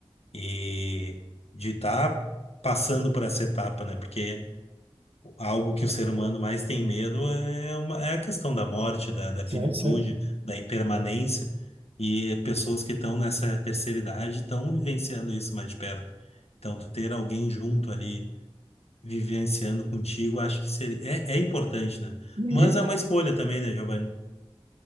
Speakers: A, on the left; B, on the right.
A: E dois. E de estar passando por essa etapa, né? Porque algo que o ser humano mais tem medo é, uma, é a questão da morte, da, da
B: sim.
A: finitude,
B: sim.
A: da impermanência. E pessoas que estão nessa terceira idade estão vivenciando isso mais de perto. Então, tu ter alguém junto ali, vivenciando contigo, acho que seria, é, é importante, né?
B: Uhum.
A: Mas é uma escolha também, né, Giovanni?